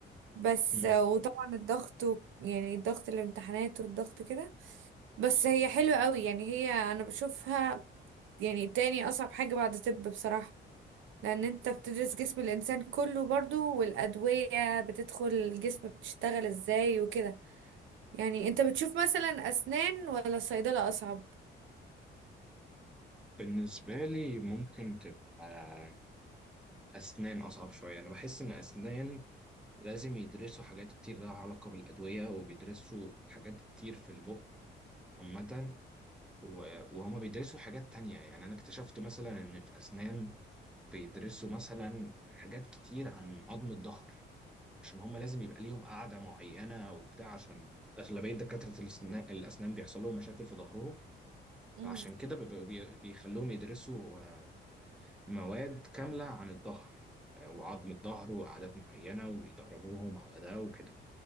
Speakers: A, on the right; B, in the centre.
A: بس
B: مم.
A: آه، وطبعا الضغط و... يعني الضغط الامتحانات والضغط كده بس هي حلوة قوي يعني هي انا بشوفها يعني تاني اصعب حاجة بعد طب بصراحة لان انت بتدرس جسم الانسان كله برضو والادوية بتدخل الجسم بتشتغل ازاي وكده يعني انت بتشوف مثلا اسنان ولا صيدلة اصعب
B: بالنسبة لي ممكن تبقى أسنان أصعب شوية أنا بحس إن أسنان لازم يدرسوا حاجات كتير لها علاقة بالأدوية وبيدرسوا حاجات كتير في البق عامة و- وهما بيدرسوا حاجات تانية يعني أنا اكتشفت مثلا إن في أسنان بيدرسوا مثلا حاجات كتير عن عظم الظهر عشان هما لازم يبقى ليهم قاعدة معينة وبتاع عشان أغلبية دكاترة الأسنان الأسنان بيحصل لهم مشاكل في ظهرهم
A: امم
B: فعشان كده بيبقوا- بي- بيخلوهم يدرسوا آه، مواد كاملة عن الظهر آه، وعظم الظهر وعادات معينة ويدربوهم على ده وكده